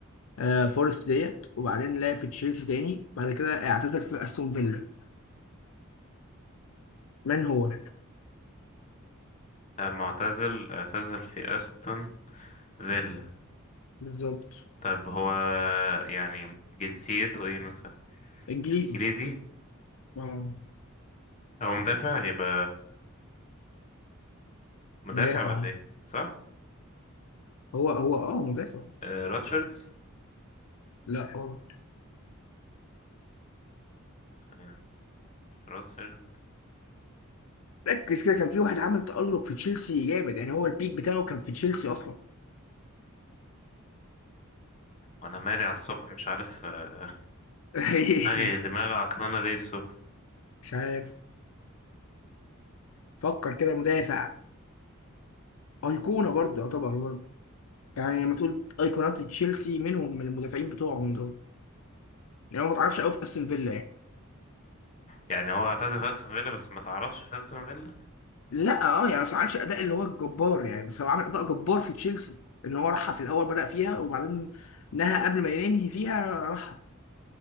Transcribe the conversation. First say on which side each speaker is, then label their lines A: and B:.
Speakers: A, on the left (about 75°); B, on the left (about 35°).
A: آه فورست ديت وبعدين لعب في تشيلسي تاني بعد كده اعتزل في استون فيلا من هو
B: آه، معتزل اعتزل في استون فيلا
A: بالظبط
B: طب هو يعني جنسيته ايه مثلا
A: انجليزي
B: انجليزي
A: اه
B: هو مدافع يبقى مدافع
A: مدافع
B: ولا ايه صح
A: هو هو اه مدافع
B: آه راتشاردز
A: لا اه
B: آه مش راتشارد
A: ركز كده كان في واحد عمل تألق في تشيلسي جامد يعني هو البيك بتاعه كان في تشيلسي اصلا
B: وانا مالي على الصبح مش عارف آه،
A: <laughs>
B: دماغي دماغي عطلانه ليه الصبح
A: مش عارف فكر كده مدافع ايقونة برضه يعتبر برضه يعني لما تقول ايقونات تشيلسي منهم من المدافعين بتوعهم دول يعني هو ما تعرفش قوي في استون فيلا يعني
B: يعني هو اعتزل في استون فيلا بس ما تعرفش في استون فيلا
A: لا اه يعني بس ما عملش اداء اللي هو الجبار يعني بس هو عامل اداء جبار في تشيلسي ان هو راحها في الاول بدأ فيها وبعدين نهى قبل ما ينهي فيها راحها